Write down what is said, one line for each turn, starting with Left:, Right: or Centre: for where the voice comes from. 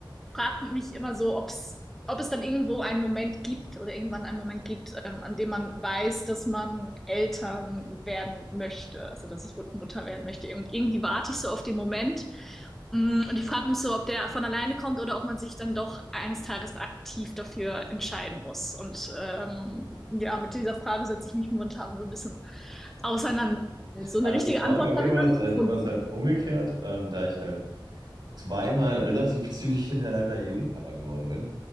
Centre: frage mich immer so, ob's, ob es dann irgendwo einen Moment gibt oder irgendwann einen Moment gibt, ähm, an dem man weiß, dass man Eltern werden möchte, also dass ich Mutter werden möchte. Und irgendwie warte ich so auf den Moment. Mm, Und ich frage mich so, ob der von alleine kommt oder ob man sich dann doch eines Tages aktiv dafür entscheiden muss. Und ähm, ja, mit dieser Frage setze ich mich momentan so ein bisschen auseinander. So
Right: Also
Centre: eine richtige
Right: ich glaube,
Centre: Antwort
Right: bei mir
Centre: habe ich
Right: war
Centre: noch
Right: es
Centre: nicht
Right: halt,
Centre: gefunden.
Right: war es halt umgekehrt, ähm, da ich halt zweimal relativ zügig hintereinander Jungpapa geworden bin.